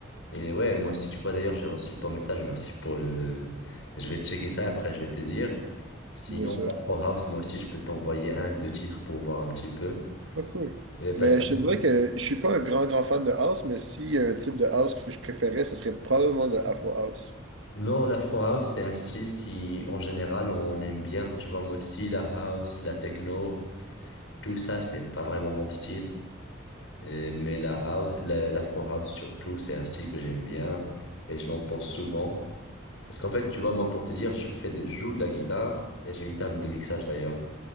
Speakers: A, on the left (about 80°); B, on the right (about 75°).
A: Et ouais, moi aussi, tu vois, d'ailleurs, j'ai reçu ton message. Merci pour le. Je vais checker ça après, je vais te dire. Sinon,
B: bien sûr.
A: l'Afro House, moi aussi, je peux t'envoyer un, deux titres pour voir un petit peu.
B: Ah, cool.
A: Euh, parce
B: Mais
A: que
B: je te dirais que je suis pas un grand, grand fan de house, mais s'il y a un type de house que je préférais, ce serait probablement le afro house.
A: non, l'Afro House, c'est un style qui, en général, on aime bien. Tu vois, moi aussi, la house, la techno, tout ça, c'est pas vraiment mon style. Euh, mais la house, la- l'Afro House surtout, c'est un style que j'aime bien et je l'entends souvent. Parce qu'en fait, tu vois, moi, pour te dire, je fais, de- je joue de la guitare et j'ai une table de mixage d'ailleurs.